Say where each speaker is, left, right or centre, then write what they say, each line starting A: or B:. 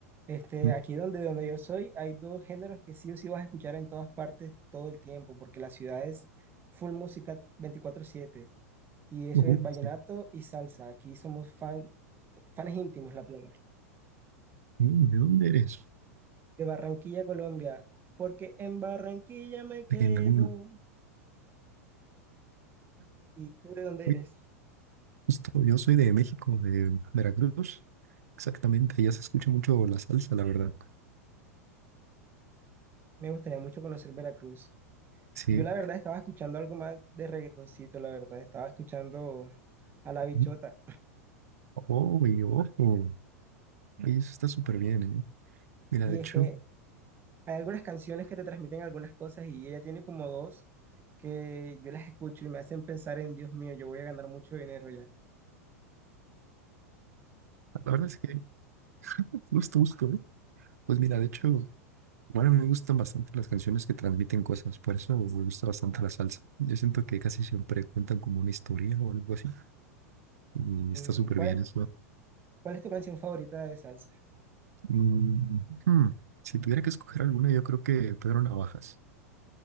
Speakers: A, on the right; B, on the right.
A: Este,
B: Mm,
A: aquí donde, donde yo soy hay dos géneros que sí o sí vas a escuchar en todas partes todo el tiempo, porque la ciudad es full música 24/7 y eso
B: ujú,
A: es vallenato
B: sí.
A: y salsa. Aquí somos fan, fans íntimos, la plena.
B: Mm, ¿De dónde eres?
A: De Barranquilla, Colombia, porque en Barranquilla me quedo.
B: De que en algún lugar.
A: ¿Y tú de dónde
B: Oye,
A: eres?
B: Justo, yo soy de México, de Veracruz. Exactamente, allá se escucha mucho la salsa, la verdad.
A: Me gustaría mucho conocer Veracruz.
B: Sí.
A: Yo la verdad estaba escuchando algo más de reggaetoncito, la verdad, estaba escuchando a La Bichota.
B: Mm, Oh, y ojo. Oye, eso está súper bien, ¿eh? Mira,
A: Y
B: de
A: es
B: hecho,
A: que hay algunas canciones que te transmiten algunas cosas y ella tiene como dos que yo las escucho y me hacen pensar en, Dios mío, yo voy a ganar mucho dinero ya.
B: la verdad es que justo, justo, ¿eh? Pues mira, de hecho. Bueno, me gustan bastante las canciones que transmiten cosas, por eso me gusta bastante la salsa. Yo siento que casi siempre cuentan como una historia o algo así, y
A: Mm,
B: está súper
A: ¿cuál
B: bien
A: es,
B: eso.
A: cuál es tu canción favorita de salsa?
B: Mm, hmm, Si tuviera que escoger alguna, yo creo que Pedro Navajas.